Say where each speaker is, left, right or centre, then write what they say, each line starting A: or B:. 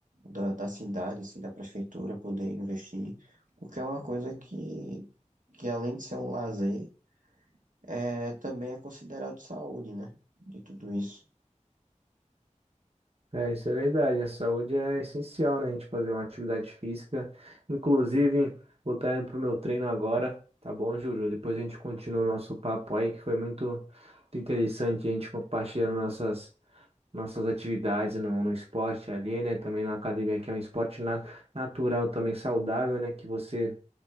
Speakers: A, on the right; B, on the right.
A: da, da cidade, se da prefeitura poder investir, porque é uma coisa que, que além de ser um lazer, é, também é considerado saúde, né? De tudo isso.
B: É, isso é verdade. A saúde é essencial, né? A gente fazer uma atividade física. Inclusive, vou estar indo pro meu treino agora, tá bom, Júlio? Depois a gente continua o nosso papo aí, que foi muito muito interessante a gente compartilhando nossas nossas atividades no, no esporte ali, né? Também na academia, que é um esporte na- natural, também saudável, né? Que você